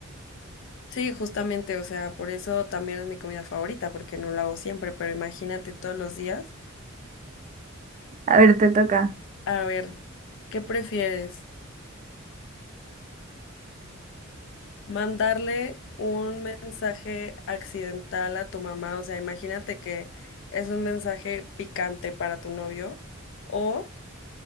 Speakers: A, on the left (about 65°); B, on the right (about 35°).
A: Sí, justamente, o sea, por eso también es mi comida favorita, porque no la hago siempre, pero imagínate todos los días.
B: A ver, te toca.
A: A ver, ¿qué prefieres? ¿Mandarle un mensaje accidental a tu mamá? O sea, imagínate que es un mensaje picante para tu novio o